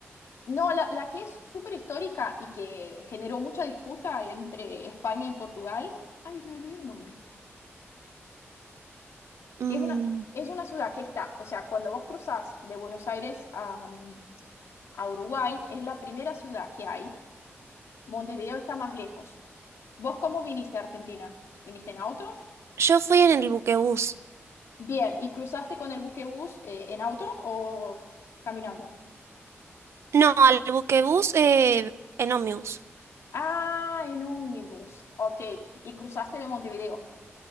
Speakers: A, on the left; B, on the right.
A: no, la, la que es súper histórica y que generó mucha disputa entre España y Portugal. Ay, me olvidé el nombre.
B: Mm,
A: Que es una, es una ciudad que está, o sea, cuando vos cruzás de Buenos Aires a, a Uruguay, es la primera ciudad que hay. Montevideo está más lejos. ¿Vos cómo viniste a Argentina? ¿Viniste en auto?
B: Yo fui en el buquebús.
A: Bien, ¿y cruzaste con el buquebús eh, en auto o caminando?
B: No, al buquebús eh, en ómnibus.
A: Ah, en ómnibus. Ok, y cruzaste de Montevideo.